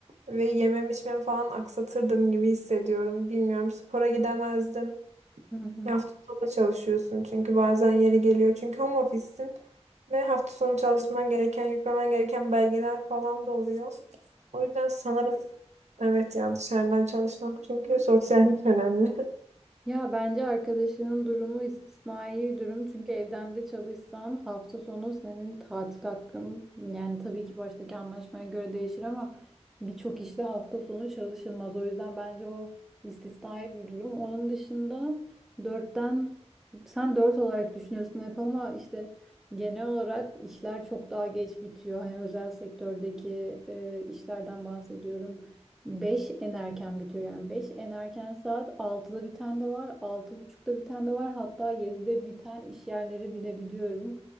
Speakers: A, on the right (about 80°); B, in the centre.
A: ve yemem içmem falan aksatırdım gibi hissediyorum. Bilmiyorum spora gidemezdim.
B: Hı hı.
A: Ya Hafta sonu çalışıyorsun çünkü bazen yeri geliyor. Çünkü home office'sin ve hafta sonu çalışman gereken, yüklemen gereken belgeler falan da oluyor. O yüzden sanırım evet ya dışarıdan çalışmak çünkü sosyallik önemli. <laughs>
B: Ya bence arkadaşının durumu istisnai bir durum. Çünkü evden de çalışsan hafta sonu senin tatil hakkın yani tabii ki baştaki anlaşmaya göre değişir ama birçok işte hafta sonu çalışılmaz. O yüzden bence o istisnai bir durum. Onun dışında dörtten sen dört olarak düşünüyorsun hep ama işte genel olarak işler çok daha geç bitiyor. Hani özel sektördeki e, işlerden bahsediyorum. 5 en erken bitiyor yani 5 en erken saat 6'da biten de var 6.30'da biten de var hatta 7'de biten iş yerleri bile biliyorum.